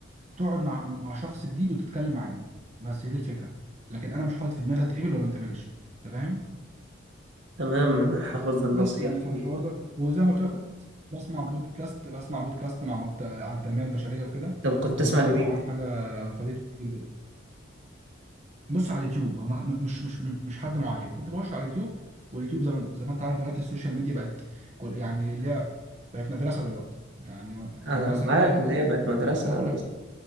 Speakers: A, on the right; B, on the right.
A: تقعد مع مع شخص جديد وتتكلم معاه بس هي دي الفكره لكن انا مش حاطط في دماغي اتقبل ولا ما اتقبلش انت فاهم
B: تمام هاخد بالنصيحة
A: بس يعني في الحوار
B: دي.
A: ده وزي ما قلت لك كنت بسمع بودكاست بسمع بودكاست مع بكت... عن التنميه البشريه وكده
B: طب كنت
A: وده
B: تسمع لمين
A: طبعا حاجه فادتني كتير بص على اليوتيوب هو ما- مش مش مش حد معين كنت بخش على اليوتيوب واليوتيوب زي ما زي ما انت عارف دلوقتي السوشيال ميديا بقت كل- يعني ليها بقت مدرسه دلوقتي يعني م-
B: انا
A: مدرسه
B: معاك
A: كده فاهم
B: ان هي بقت مدرسة
A: فيها كل حاجه
B: بس